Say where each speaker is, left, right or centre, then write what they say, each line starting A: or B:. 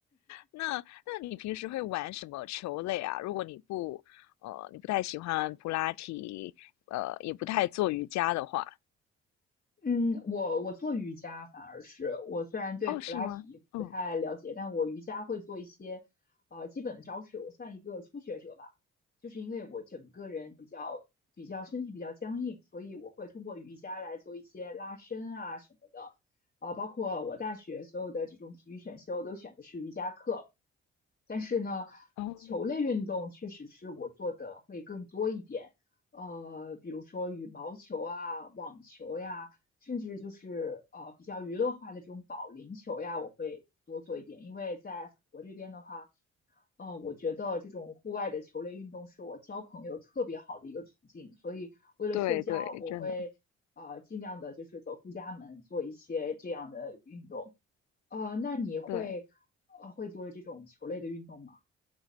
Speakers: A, on the left (about 65°); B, on the left (about 30°).
A: 那那你平时会玩什么球类啊？如果你不呃你不太喜欢普拉提，呃也不太做瑜伽的话，
B: 嗯，我我做瑜伽反而是我虽然对普拉提不太了解，
A: 哦，是吗？嗯，哦
B: 但我瑜伽会做一些呃基本的招式，我算一个初学者吧。就是因为我整个人比较比较身体比较僵硬，所以我会通过瑜伽来做一些拉伸啊什么的。啊、包括我大学所有的这种体育选修都选的是瑜伽课，但是呢，
A: 哦，
B: 球类运动确实是我做的会更多一点，呃，比如说羽毛球啊、网球呀，甚至就是呃比较娱乐化的这种保龄球呀，我会多做一点。因为在法国这边的话，呃，我觉得这种户外的球类运动是我交朋友特别好的一个途径，所以为了社交，
A: 对对，
B: 我会呃尽量的就是走出家门做一些这样的运动。
A: 真的
B: 呃，那你会
A: 对。
B: 呃会做这种球类的运动吗？